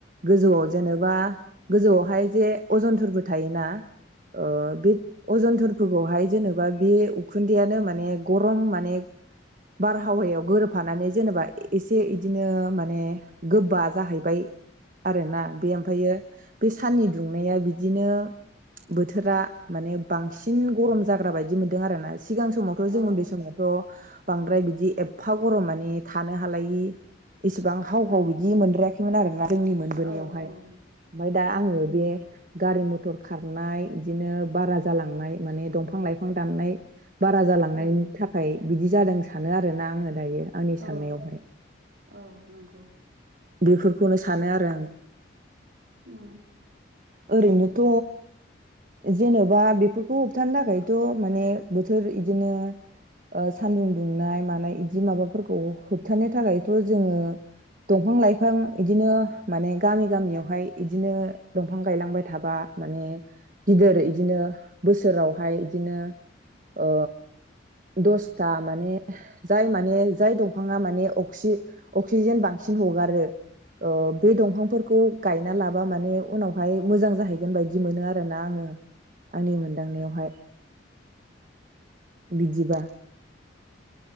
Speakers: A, on the right; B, on the right.
A: गोजौआव जेनेबा गोजौआवहाय जे अजन थोरबो थायोना ओ बे अजन थोरफोरखौहाय जेनेबा बे उखुन्दैयानो माने गरम माने बारहावायाव गोरोबफानानै जेनेबा एसे इदिनो ने गोबा जाहैबाय आरोना बे ओमफ्रायो बै साननि दुंनाया बिदिनो बोथोरा माने बांसिन गरम जाग्रा बायदि बिदि मोनदों आरोना। सिगां समावथ'
B: औ
A: जों उन्दै समावथ' बांद्राय बिदि एप फा गरम माने थानो हालायि गोबां हाव हाव
B: औ
A: बिदि मोनद्रायाखैमोन आरोना जोंनि मोनबोनायावहाय
B: उम
A: ओमफ्राय दा आङो
B: नंगौ
A: बे गारि मथ मथर खारनाय इदिनो बारा जालांनाय माने दंफां लाइफां दाननाय बारा जालांनायनि
B: उम
A: थाखाय बिदि जादों सानो आरोना आङो दायो आंनि साननायावहाय।
B: औ औ नंगौ
A: बेफोरखौनो
B: ओम
A: सानो आरो आं
B: ओम।
A: ओरैनोथ' जेनेबा बेफोरखौ होबथानो थाखायथ' माने बोथोर इदिनो ओ सानदुं दुंनाय मानाय बिदि माबाफोरखौ होबथानो थाखायथ' जोङो दंफां लाइफां इदिनो माने गामि गामियावहाय इदिनो दंफां गायलांबाय थाबा माने गिदिर इदिनो बोसोरावहाय बिदिनो ओ दसथा माने जाय माने जाय दंफाङा माने अक्सि अक्सिजेन बांसिन हगारो ओ बे दंफांफोरखौ गायना लाबा माने उनावहाय मोजां जाहैगोन बायदि मोनो आरोना आङो आंनि मोनदांनायावहाय बिदिबा।